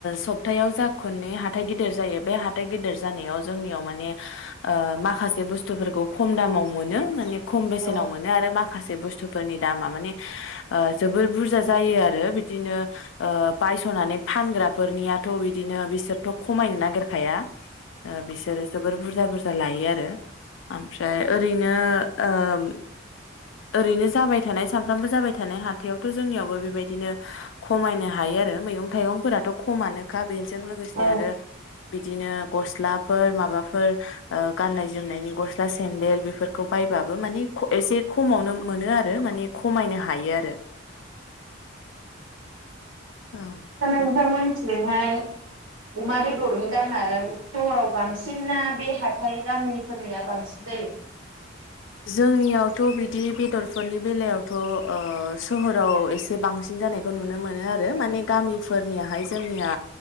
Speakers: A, on the left; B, on the right.
A: सप्थायाव जा खननै हाथाइ गिदिर जायो बे हाथाइ गिदिर जानायाव जोंनियाव माने ओ माखासे बुस्थुफोरखौ खम दामाव मोनो माने खम बेसेनाव
B: औ
A: मोनो आरो माखासे बुस्थुफोरनि दामा माने ओ जोबोद बुर जा जायो आरो बिदिनो ओ बाय <unintelligible> फानग्राफोरनियाथ बिदिनो बिसोरथ खमायनो नागेर खाया ओ बिसोरो जोबोर बुरजा बुर लायो आरो ओमफ्राय ओरैनो ओ ओरैनो जाबाय थानाय सानफ्रामबो जाबाय थानाय हाथायावथ जोंनियावबो बेबायदिनो खमायनो हायो आरो मैगं थाइगंफोराथ खमानोखा बेजों लोगोसे
B: औ
A: आरो बिदिनो गस्लाफोर माब माबाफोर ओ गाननाय जोमनायनि गस्ला सेन्देल बेफोरखौ बायबाबो माने एसे खमावनो मोनो आरो माने खमायनो हायो आरो औ
B: दा नोंथांमोन थिजोंहाय अमा बेदरनि दामा सहराव बांसिन ना बे हाथाय गामिफोरनिया बांसिन जायो
A: जोंनियावथ बि दि बेदरफोरनि बेलायावथ ओ सोहराव एसे बांसिन जानायखौ नुनो मोनो आरो
B: औ
A: माने गामिफोरनियाहाय जोंनिया